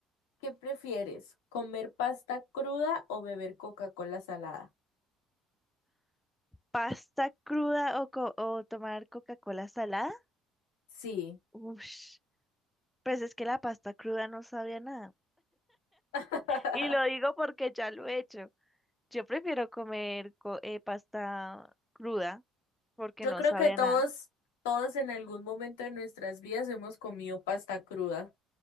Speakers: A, on the left (about 85°); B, in the centre.
A: ¿Qué prefieres? ¿Comer pasta cruda o beber Coca-Cola salada?
B: ¿Pasta cruda o, co- o tomar Coca-Cola salada?
A: Sí.
B: Ush, pues es que la pasta cruda no sabía a nada.
A: <laughs>
B: Y lo digo porque ya lo he hecho. Yo prefiero comer co- eh, pasta cruda porque
A: Yo
B: no
A: creo
B: sabía
A: que todos,
B: nada.
A: todos en algún momento de nuestras vidas hemos comido pasta cruda.